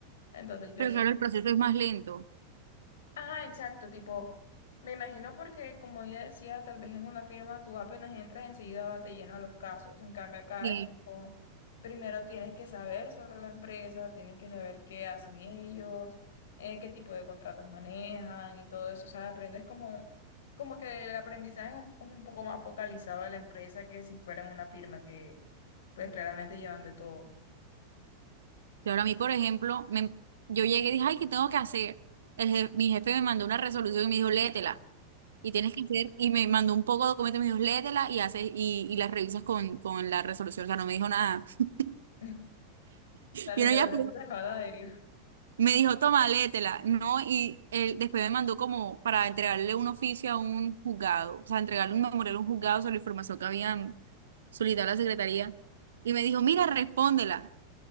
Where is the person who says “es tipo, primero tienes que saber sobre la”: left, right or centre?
Left